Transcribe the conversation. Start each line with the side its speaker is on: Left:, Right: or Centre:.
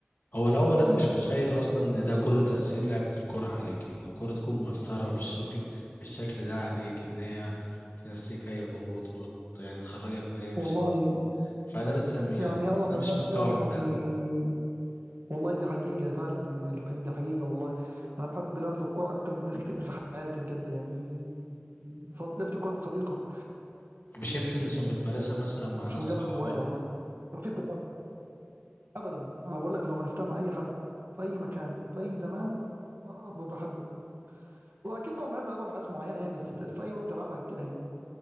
Left: هو الأول أنا مش متخيل أصلا إن ده كله تأثير لعبة الكرة عليك إن الكرة تكون مؤثرة بالشكل بالشكل ده عليك إن هي تنسيك أي ضغوط وت... يعني تخرجك من أي مشاكل
Right: والله
Left: فأنا لسه م- يعني
Right: يعني يعلم
Left: بس أنا
Right: الله
Left: مش مستوعب
Right: فعلا اني
Left: ده
Right: والله دي حقيقه فعلا يعني الحقيقة دي حقيقه والله انا بحب لعبه الكوره اكتر من ناس كتير في حياتي بجد يعني صد- لعبه الكوره دي صديقه
Left: مش يمكن عشان بتمارسها مثلا مع
Right: مش
Left: ناس
Right: مجرد
Left: صحابك
Right: هوايه والله رفيق الدرب ابدا انا بقول لك لو مارستها مع اي حد في اي مكان في اي زمان ب- بحب واكيد طبعا بحب العبها مع ناس معينه يعني بس في اي وقت العبها كده يعني